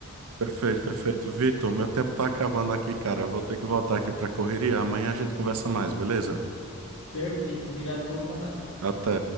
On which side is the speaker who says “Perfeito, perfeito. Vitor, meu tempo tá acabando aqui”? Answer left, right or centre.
Right